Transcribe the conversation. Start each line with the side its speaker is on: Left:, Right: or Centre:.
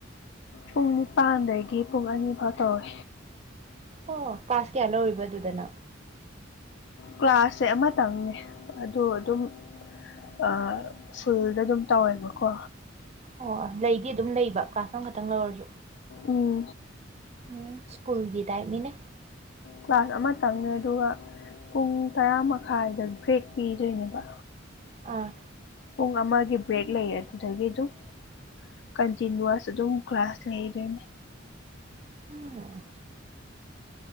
Left: ꯄꯨꯡ ꯅꯤꯄꯥꯟꯗꯒꯤ ꯄꯨꯡ ꯑꯅꯤ ꯐꯥꯎ ꯇꯧꯋꯦ
Right: ꯑꯣ ꯀ꯭ꯂꯥꯁ ꯀꯌꯥ ꯂꯧꯔꯤꯕ ꯑꯗꯨꯗꯅ
Left: ꯀ꯭ꯂꯥꯁꯁꯦ ꯑꯃꯇꯪꯅꯦ ꯑꯗꯣ ꯑꯗꯨꯝ ꯑ ꯁ꯭ꯀꯨꯜꯗ ꯑꯗꯨꯝ ꯇꯧꯋꯦꯕꯀꯣ
Right: ꯑꯣ ꯂꯩꯗꯤ ꯑꯗꯨꯝ ꯂꯩꯕ ꯀ꯭ꯂꯥꯁ ꯑꯃꯈꯛꯇꯪ ꯂꯧꯔꯁꯨ
Left: ꯎꯝ
Right: ꯎꯝ ꯁ꯭ꯀꯨꯜꯒꯤ ꯇꯥꯏꯞꯅꯤꯅꯦ
Left: ꯀ꯭ꯂꯥꯁ ꯑꯃ ꯇꯪꯅꯦ ꯑꯗꯨꯒ ꯄꯨꯡ ꯇꯔꯥ ꯃꯈꯥꯏꯗ ꯕ꯭ꯔꯦꯛ ꯄꯤꯗꯣꯏꯅꯦꯕ
Right: ꯑꯥ
Left: ꯄꯨꯡ ꯑꯃꯒꯤ ꯕ꯭ꯔꯦꯛ ꯂꯩꯌꯦ ꯑꯗꯨꯗꯒꯤ ꯑꯗꯨꯝ ꯀꯟꯇꯤꯅꯨꯋꯥꯁ ꯑꯗꯨꯝ ꯀ꯭ꯂꯥꯁ ꯂꯩꯗꯣꯏꯅꯤ
Right: ꯍꯝ